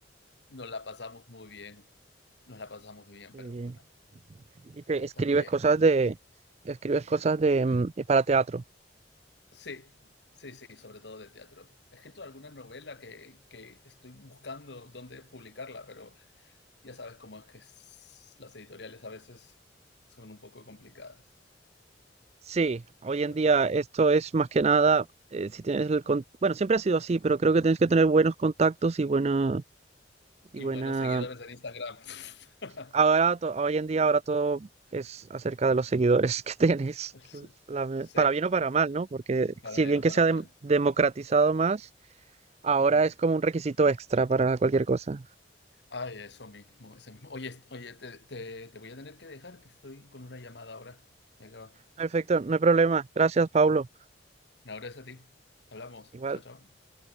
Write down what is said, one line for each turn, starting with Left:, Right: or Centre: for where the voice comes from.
Left: nos la pasamos muy bien, nos la pasamos muy bien,
Right: Qué
Left: pero
Right: bien.
Left: bueno,
Right: Y te
Left: así
Right: escribes
Left: está. Oye,
Right: cosas de, escribes cosas
Left: de-
Right: de, mm, para teatro.
Left: sí, sí, sí, sobre todo de teatro. He escrito alguna novela que, que estoy buscando dónde publicarla, pero ya sabes cómo es que es- las editoriales a veces son un poco complicadas.
Right: Sí, hoy en
Left: Pero
Right: día
Left: bueno.
Right: esto es más que nada, eh, si tienes el con- bueno, siempre ha sido así, pero creo que tienes que tener buenos contactos y buena, y
Left: Y
Right: buena,
Left: buenos seguidores en Instagram. <laughs>
Right: ahora, to- hoy en día ahora todo es acerca de los seguidores <laughs> que tienes,
Left: Sí,
Right: la-
Left: sí,
Right: para bien o para mal, ¿no? Porque
Left: para
Right: si
Left: bien
Right: bien
Left: o
Right: que
Left: para
Right: se ha
Left: mal.
Right: dem- democratizado más, ahora
Left: Ujú.
Right: es como un requisito extra para cualquier cosa.
Left: Ay, eso mismo, eso mismo. Oye, est- oye, te, te- te voy a tener que dejar, que estoy con una llamada ahora. Me acaba.
Right: Perfecto, no hay problema. Gracias, Pablo.
Left: Un abrazo a ti. Hablamos.
Right: Igual.
Left: Chao, chao.